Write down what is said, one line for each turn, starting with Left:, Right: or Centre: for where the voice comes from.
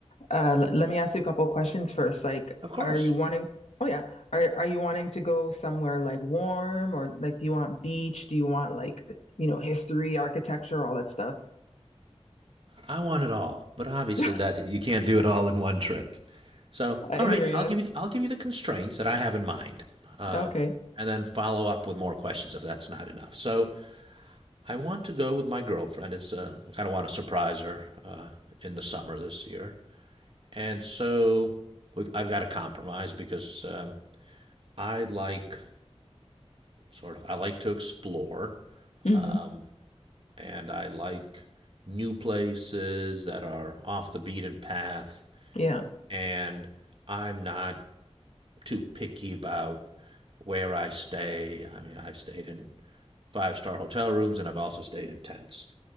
Left: uh, l- let me ask you a couple questions first. Like,
Right: Of course.
Left: are you wanting? Oh yeah, are are you wanting to go somewhere like warm or like do you want beach? Do you want like you know history, architecture, all that stuff?
Right: I want it all, but obviously
Left: <laughs>
Right: that you can't do it all in one trip. So,
Left: I
Right: all right,
Left: hear you.
Right: I'll give you I'll give you the constraints that I have in mind, um,
Left: Okay.
Right: and then follow up with more questions if that's not enough. So, I want to go with my girlfriend. It's uh, I kind of want to surprise her uh, in the summer this year. And so we've, I've got to compromise because um, I like sort of I like to explore,
Left: hmm
Right: um, and I like new places that are off the beaten path,
Left: Yeah.
Right: and I'm not too picky about where I stay. I mean, I've stayed in five star hotel rooms and I've also stayed in tents.